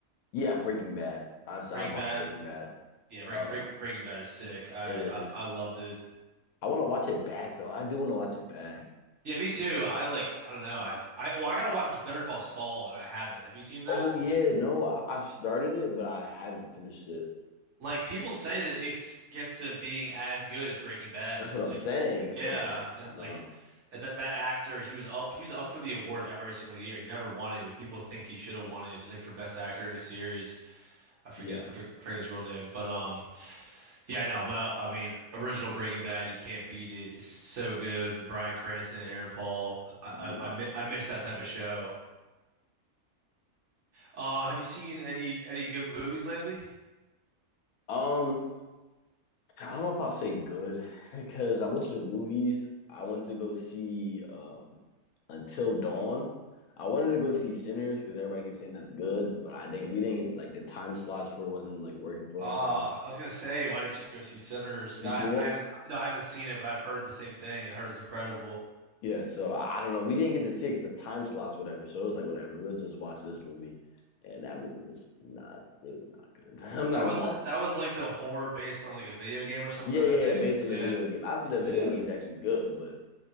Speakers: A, on the left (about 75°); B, on the right (about 55°).
A: Yeah, Breaking Bad. I've I've
B: Breaking
A: watched
B: Bad,
A: Breaking Bad.
B: yeah, Breaking
A: Uh,
B: Breaking Bad is sick. I,
A: it is.
B: I I loved it.
A: I want to watch it back though. I do want to watch it back.
B: Yeah, me too. I like I don't know. I've I well I gotta watch Better Call Saul and I haven't. Have you seen that?
A: Oh yeah, no, I, I've started it, but I haven't finished it.
B: Like people say that it gets to being as good as Breaking Bad.
A: That's what
B: Like
A: I'm saying. So
B: yeah,
A: like,
B: and
A: I know.
B: like and that that actor, he was up he was up for the award every single year. He never won it, but people think he should have won it just like for best actor in a series. I forget
A: Yeah,
B: I forget, I forget his real name, but um yeah, I know, but I mean, original Breaking Bad, you can't beat it. It's so good. Bryan Cranston, Aaron Paul. I
A: yeah.
B: I I mi- I miss that type of show. Uh, have you seen any any good movies lately?
A: Um. I don't know if I'll say good <laughs> because I went to the movies. I went to go see um, Until Dawn. I wanted to go see Sinners because everybody keeps saying that's good, but I didn't. We didn't get like the time slots for it wasn't like working for
B: Ah,
A: us. And we,
B: I was gonna say, why didn't you go see Sinners? I,
A: you seen
B: I
A: it?
B: haven't, no, I haven't seen it, but I've heard the same thing. I heard it's incredible.
A: Yeah. So I I don't know. We didn't get to see it because the time slots, whatever. So it was like whatever. We'll just watch this movie, and that movie was not. It was not good. <laughs> I'm not
B: That
A: gonna
B: was
A: lie.
B: l- that was like the horror based on like a video game or something,
A: Yeah,
B: I
A: yeah.
B: think.
A: yeah, Based
B: Yeah,
A: on the video game, I, the
B: yeah.
A: video game's actually good, but